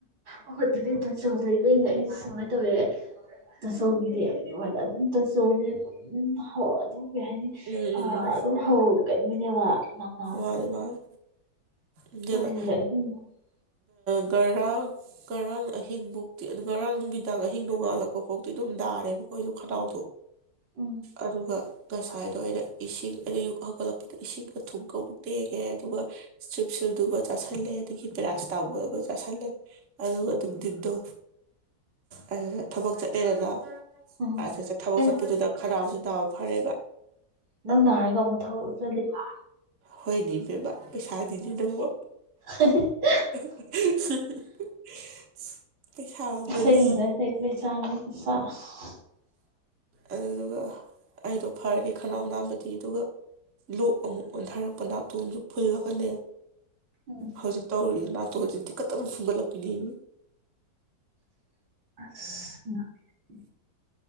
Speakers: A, on the right (about 85°); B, on the right (about 45°).
A: ꯑꯣ ꯑꯗꯨꯗꯤ <unintelligible> ꯑꯩ ꯁꯨꯃꯥꯏꯅ ꯇꯧꯋꯦ꯫ <unintelligible> ꯑꯗꯨꯝ ꯀꯩ ꯍꯥꯏꯅꯤ
B: ꯎꯝ
A: ꯑ ꯑꯗꯨꯝ ꯍꯧꯒꯟꯅꯤꯅꯦꯕ <unintelligible>
B: ꯎꯝ ꯃꯥꯅꯦ ꯃꯥꯅꯦ
A: <unintelligible>
B: ꯑꯗꯨꯅ ꯉꯔꯥꯡ ꯉꯔꯥꯡ ꯑꯍꯤꯡꯐꯧꯇꯤ ꯉꯔꯥꯡ ꯅꯨꯃꯤꯗꯥꯡ ꯑꯍꯤꯡ ꯅꯣꯡꯉꯥꯜꯂꯛꯄ ꯐꯥꯎꯗꯤ ꯑꯗꯨꯝ ꯅꯥꯔꯦꯕꯀꯣ ꯑꯩꯗꯣ ꯈꯅꯥꯎꯗꯣ
A: ꯎꯝ
B: ꯑꯗꯨꯒ ꯉꯁꯥꯏꯅ ꯏꯁꯤꯡ ꯑꯩꯅ ꯑꯌꯨꯛ ꯍꯧꯒꯠꯂꯛꯄꯗ ꯏꯁꯤꯡꯒ ꯊꯨꯡꯒ ꯑꯃꯨꯛ ꯇꯦꯛꯉꯦ ꯑꯗꯨꯒ ꯏꯁꯇ꯭ꯔꯤꯞꯁꯤꯜꯗꯨꯒ ꯆꯥꯥꯁꯜꯂꯦ ꯑꯗꯒꯤ ꯄꯦꯔꯥ ꯁꯤꯠꯃꯣꯜ ꯒꯥ ꯆꯥꯁꯤꯜꯂꯦ ꯑꯗꯨꯒ ꯅꯨꯡꯊꯤꯟꯗꯣ ꯑꯗꯨꯒ ꯊꯕꯛ ꯆꯠꯅꯔꯒ
A: ꯎꯝ
B: <unintelligible> ꯊꯕꯛ
A: ꯑꯦ
B: ꯆꯠꯄꯗꯨꯗꯥ ꯈꯅꯥꯎꯁꯦ ꯗꯥꯎ ꯐꯔꯕ
A: ꯅꯪ ꯅꯥꯏ ꯍꯥꯏꯔꯒ ꯑꯃꯨꯛ ꯊꯕꯛ ꯆꯠꯂꯤꯕ?
B: ꯍꯣꯏꯅꯦꯕꯦꯕ ꯄꯩꯁꯥꯅꯤꯅꯦ ꯅꯪꯕꯣ꯫
A: <unintelligible>
B: <unintelligible> ꯑꯃꯅꯤ
A: ꯑꯁꯦꯡꯕꯅꯦ ꯑꯁꯦ ꯄꯩꯁꯥꯅꯤ ꯁꯦ꯫ <unintelligible>
B: ꯑꯗꯨꯗꯨꯒ ꯑꯩꯗꯣ ꯐꯔꯗꯤ ꯈꯅꯥꯎ ꯅꯥꯕꯗꯤ ꯑꯗꯨꯒ ꯂꯣꯛ ꯑꯃꯨꯛ ꯑꯣꯟꯊꯔꯛꯄ ꯅꯥꯇꯣꯟꯁꯨ ꯐꯨꯜꯂꯒꯅꯦ
A: ꯎꯝ
B: ꯍꯧꯖꯤꯛ ꯇꯧꯔꯤ ꯂ ꯇꯣꯟꯖꯤ ꯇꯤꯀꯠ ꯇꯥꯅꯥ ꯐꯨꯟ ꯒꯠꯂꯛꯄꯤꯅꯦꯃꯤ!
A: ꯑꯁ